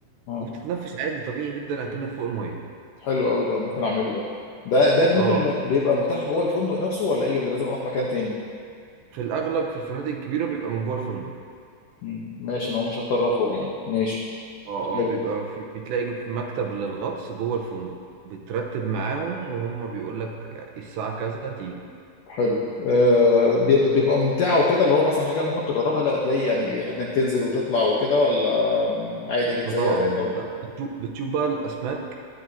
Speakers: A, on the left; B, on the right.
A: اه
B: وبتتنفس عادي طبيعي جدا اكنك فوق المايه
A: حلو قوي ده ممكن اعمله ده ده ده ممكن
B: اه
A: يبقى بيبقى متاح جوه الفندق نفسه ولا ايه ولا لازم اروح مكان تاني
B: في الاغلب في الفنادق الكبيره بيبقى من جوه الفندق
A: مم. ماشي ان هو مش هضطر اخرج يعني ماشي
B: اه
A: حلو
B: اه بيبقى في بتلاقي في مكتب للغطس جوه الفندق بترتب معاهم وهم بيقول لك الساعة كذا تيجي
A: حلو آه بيبقى بيبقى ممتعه وكده اللي هو مثلا حاجه ممكن تجربها لا هتلاقي يعني انك تنزل وتطلع وكده ولا مم، عادي
B: فطبعا
A: زيها زي
B: ما
A: ده
B: انت بتشوف بتشوف بقى الأسماك